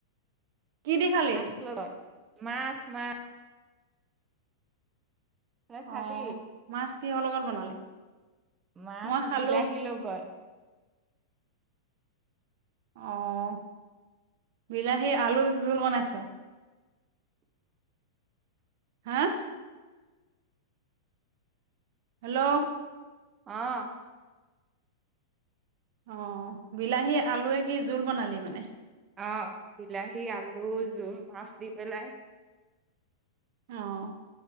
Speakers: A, on the right; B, on the right.
A: কি দি খালি?
B: মাছ লয় মাছ মাছ তই খালি
A: অহ মাছ কিহৰ লগত বনালি?
B: মাছ
A: মই খালো।
B: বিলাহী লগত
A: অহ বিলাহী আলু জোল বনাইছ হা হেল্ল'
B: অহ
A: অহ বিলাহী আলুৱে কি জোল বনালি মানে??
B: অহ বিলাহী আলু জুল মাছ দি পেলাই
A: অহ